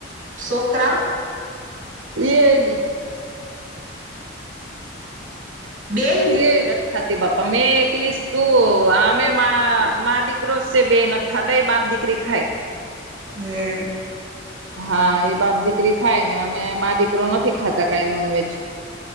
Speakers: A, on the right; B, on the right.
A: શોકરાવ.
B: એ ને -
A: હમ બેય
B: <unintelligible>
A: ની
B: બાપા મેં એકલી શું અમે મા માં દીકરો સે બે નથી- ખાતાય બાપ દીકરી ખાય-
A: હે
B: હા એ બાપ દીકરી ખાય ને અમે મા દીકરો નથી ખાતા કઈ નોનવેજ.